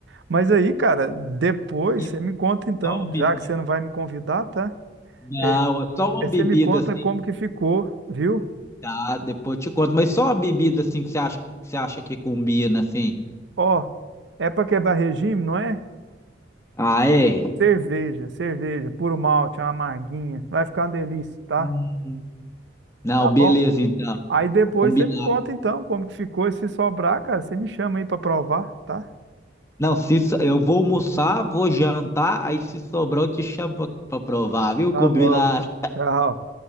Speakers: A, on the right (about 70°); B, on the left (about 15°).
A: Mas aí, cara, depois
B: E
A: você me conta então,
B: só uma bebida.
A: já que você não vai me convidar, tá?
B: Não,
A: É,
B: só uma
A: Aí
B: bebida
A: Você me conta
B: assim,
A: como que ficou, viu?
B: tá? Depois eu te conto, mas só uma bebida assim que você acha que, que você acha que combina, assim.
A: Ó, é pra quebrar regime, não é?
B: Ah, é?
A: Cerveja, cerveja, puro malte, uma amarguinha. Vai ficar uma delícia, tá?
B: Hum. Não,
A: Tá
B: beleza
A: bom?
B: então.
A: Aí depois
B: Combinado.
A: você me conta então como que ficou. E se sobrar, cara, você me chama aí pra provar, tá?
B: Não, se so- eu vou almoçar, vou jantar, aí se sobrar eu te chamo pra, pra provar, viu?
A: Tá
B: Combinado.
A: bom. Tchau.